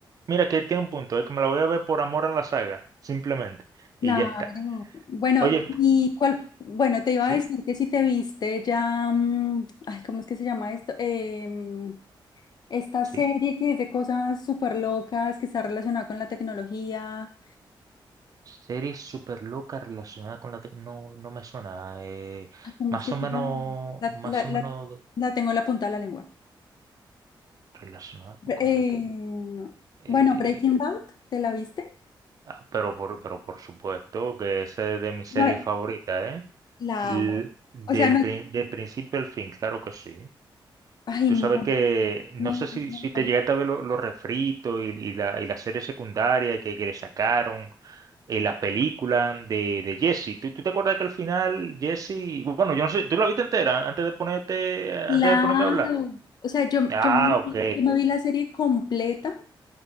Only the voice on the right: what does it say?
mira que tiene un punto, es que me la voy a ver por amor a la saga, simplemente.
Y ya está.
Oye,
sí,
sí.
Serie súper loca relacionada con la tecnología, no, no me suena. eh,
más
o
menos,
más
o
menos
relacionada con
cosas de tecnología. Eh,
ah, pero por, pero por supuesto que esa es de mis series
favoritas, ¿eh?
L-
Del,
prin- de principio al fin, claro que sí.
Tú
sabes que, no
sé si,
si
te llegaste a ver lo- los refritos y, y la, y la serie secundaria que, que le sacaron, eh, la película de, de Jesse. ¿Tú, tú te acuerdas que al final Jesse, bueno, yo no sé, ¿tú la viste entera antes de ponerte, antes
de ponerme a hablar?
Ah,
ok.